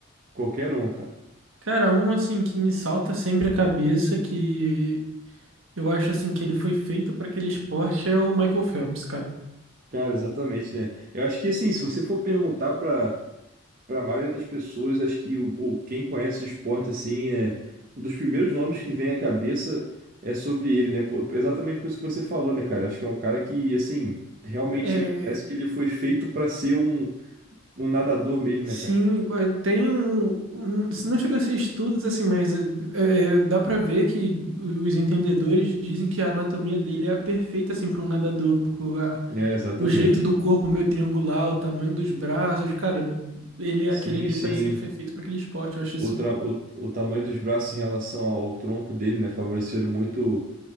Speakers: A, on the right; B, on the right.
A: Qualquer um, cara.
B: Cara, um assim que me salta sempre a cabeça, que eu acho assim que ele foi feito pra aquele esporte é o Michael Phelps, cara.
A: Cara, exatamente, né? Eu acho que assim, se você for perguntar para para a maioria das pessoas, acho que o, o- quem conhece de esporte assim é um dos primeiros nomes que vem à cabeça é sobre ele, né? Pô, exatamente por isso que você falou, né, cara? Acho que é um cara que assim realmente
B: É,
A: parece que ele foi feito para ser um, um nadador mesmo, né,
B: Sim,
A: cara?
B: eh, tem. um- um- Não chega a ser estudos assim, mas eh, eh, dá pra ver que o- os entendedores dizem que a anatomia dele é a perfeita assim para um nadador, porque a-
A: É, exatamente.
B: o jeito do corpo meio triangular, o tamanho dos braços, cara, ele é
A: Sim,
B: aquele ali,
A: sim.
B: parece que ele foi feito para aquele esporte. Eu acho isso.
A: O, tra- o, o tamanho dos braços em relação ao tronco dele, né, favoreceram muito